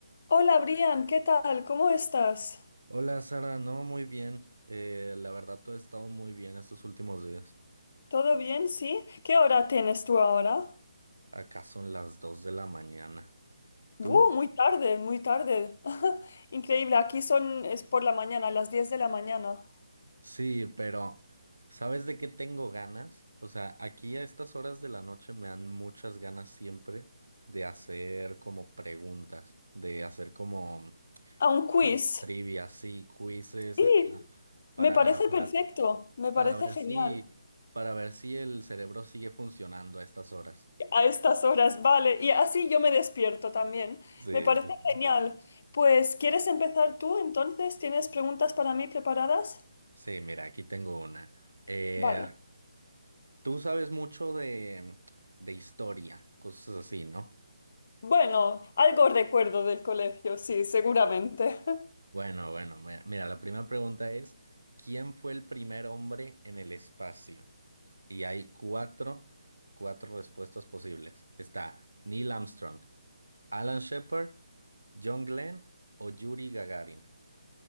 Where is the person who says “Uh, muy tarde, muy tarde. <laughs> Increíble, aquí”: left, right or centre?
Left